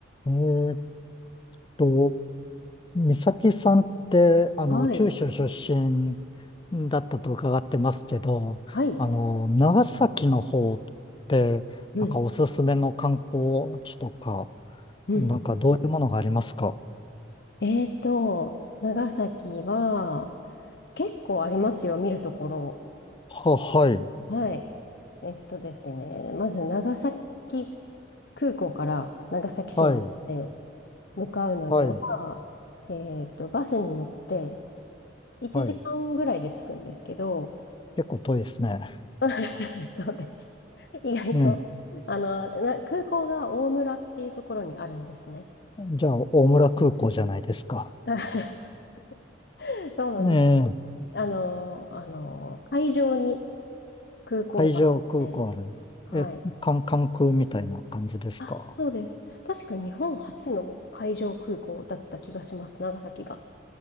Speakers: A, on the left; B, on the left.
A: えーっと、美咲さんって、あの、
B: はい。
A: 九州出身だったと伺ってますけど、
B: はい。
A: あの、長崎の方って、
B: うん、
A: なんかおすすめの観光地とか、
B: うん、
A: なんかどういうものがありますか
B: うん。えーと、長崎は結構ありますよ、見るところ。
A: は、はい、
B: はい。えっとですね、まず長崎空港から長崎市内へ
A: はい、
B: 向かうのには、
A: はい、
B: えっと、バスに乗って1時間ぐらいで着くんですけど、
A: はい。結構遠いですね。
B: <laughs> そうです。意外と、
A: ね、
B: あの、な空港が大村っていうところにあるんですね。
A: じゃあ、大村空港じゃないですか。
B: <laughs> そうなんですよ。
A: ええ、
B: あの、あの、会場に空港があって、
A: 海上空港ある。
B: はい。
A: え、関、関空みたいな感じですか
B: あ、そうです。確か日本初の海上空港だった気がします、長崎が。